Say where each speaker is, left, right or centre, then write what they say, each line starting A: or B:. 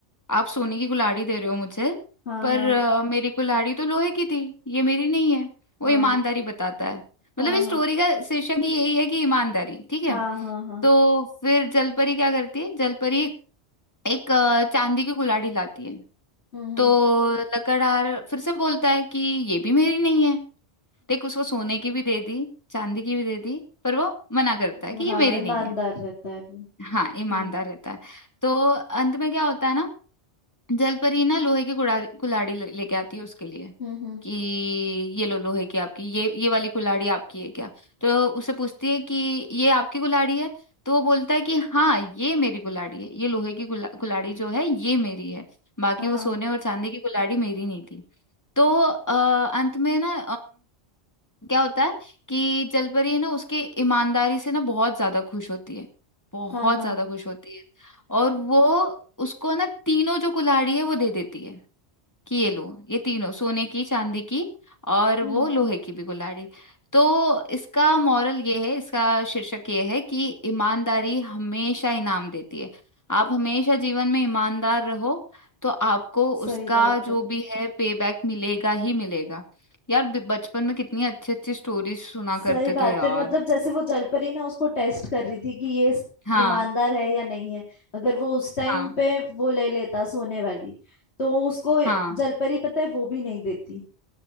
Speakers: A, on the left; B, on the left.
A: आप सोने की कुल्हाड़ी दे रहे हो मुझे
B: हाँ
A: पर
B: हाँ
A: अ, मेरी कुल्हाड़ी तो लोहे की थी ये मेरी नहीं है वो
B: हाँ
A: ईमानदारी बताता है
B: हाँ
A: मतलब इस
B: हाँ
A: स्टोरी का शीर्षक ही यही है कि ईमानदारी ठीक है
B: हाँ हाँ हाँ
A: तो फिर जलपरी क्या करती है जलपरी एक अ, चांदी की कुल्हाड़ी लाती है
B: हम्म हम्म
A: तो लकड़हार फिर से बोलता है कि ये भी मेरी नहीं है देख उसको सोने की भी दे दी चांदी की भी दे दी पर वो मना करता
B: हम्म
A: है कि ये
B: हाँ
A: मेरी
B: ईमानदार
A: नहीं है
B: रहता है वो
A: हाँ ईमानदार
B: हम्म
A: रहता है तो अंत में क्या होता है ना जलपरी ना लोहे की कुड़ा कुल्हाड़ी ले- लेके आती है उसके लिए
B: हम्म हम्म
A: कि ये लो लोहे की आपकी ये ये वाली कुल्हाड़ी आपकी है क्या तो उसे पूछती है कि ये आपकी कुल्हाड़ी है तो वो बोलता है कि हाँ ये मेरी कुल्हाड़ी है ये लोहे की कुल्हा- कुल्हाड़ी जो है ये मेरी है बाकी
B: हाँ
A: वो सोने और चांदी की कुल्हाड़ी मेरी नहीं थी तो अ, अंत में ना क्या होता है कि जलपरी है ना उसके ईमानदारी से ना बहुत ज्यादा खुश होती है बहुत
B: हाँ हाँ
A: ज्यादा खुश होती है और वो उसको ना तीनों जो कुल्हाड़ी है वो दे देती है कि ये लो ये तीनों सोने की चांदी की और
B: हम्म
A: वो लोहे की भी कुल्हाड़ी तो इसका मॉरल ये है इसका शीर्षक ये है कि ईमानदारी हमेशा इनाम देती है आप हमेशा जीवन में ईमानदार रहो तो आपको
B: सही
A: उसका
B: बात
A: जो
B: है
A: भी है पे बैक मिलेगा ही मिलेगा यार ब- बचपन में कितनी अच्छी अच्छी स्टोरीज सुना
B: सही
A: करते
B: बात
A: थे यार
B: है मतलब जैसे वो जलपरी ना उसको टेस्ट कर रही थी कि ये स-
A: हाँ
B: ईमानदार है या नहीं है अगर वो उस टाइम
A: हाँ
B: पे वो ले लेता सोने वाली तो उसको
A: हाँ
B: जलपरी पता है वो भी नहीं देती